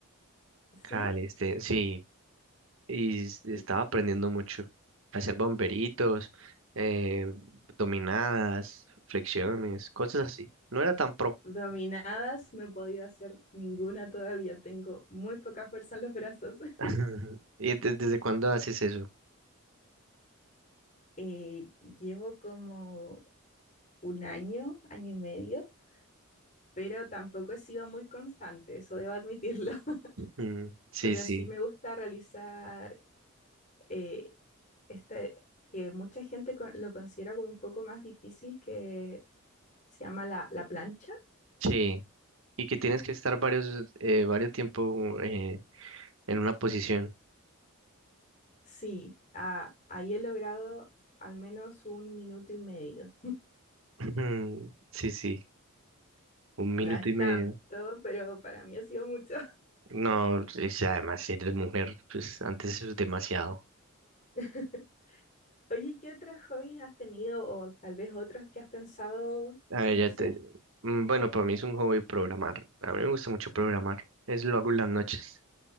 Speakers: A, on the left (about 35°); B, on the right (about 65°).
A: Sí,
B: Calistenia, sí. y s-
A: y
B: estaba aprendiendo mucho. a Hacer bomberitos, eh, dominadas, flexiones, cosas así. No era tan pro.
A: dominadas no he podido hacer ninguna todavía, tengo muy poca fuerza en los brazos. <laughs>
B: <laughs> ¿Y de- desde cuándo haces eso?
A: Eh, llevo como un año, año y medio, pero tampoco he sido muy constante, eso debo admitirlo. <laughs>
B: Mm, sí,
A: Pero
B: sí,
A: sí me gusta realizar... eh, este, que mucha gente con- lo considera como un poco más difícil, que se llama la, la plancha.
B: sí. Y que tienes que estar varios, eh, varios tiempo eh, en una posición.
A: Sí, ah ahí he logrado al menos un minuto y medio.
B: <laughs> Sí, sí. Un minuto
A: No es
B: y
A: tanto,
B: medio.
A: pero para mí ha sido mucho.
B: No, o sea, además, si eres mujer, pues antes eso es demasiado.
A: <laughs> Oye, ¿y ¿qué otros hobbies has tenido o tal vez otros que has pensado
B: A ver,
A: en
B: ya
A: hacer?
B: te... mm, Bueno, para mí es un hobby programar. A mí me gusta mucho programar. Es lo hago en las noches.